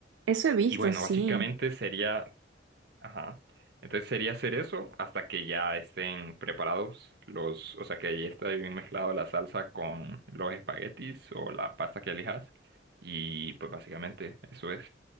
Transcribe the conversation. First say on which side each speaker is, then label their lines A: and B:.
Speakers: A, on the right (about 85°); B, on the right (about 60°).
A: Eso he visto,
B: Y bueno,
A: sí.
B: básicamente sería Ajá. Entonces sería hacer eso hasta que ya estén preparados los, o sea, que ya está bien mezclado la salsa con los espaguetis o la pasta que elijas. Y pues básicamente eso es.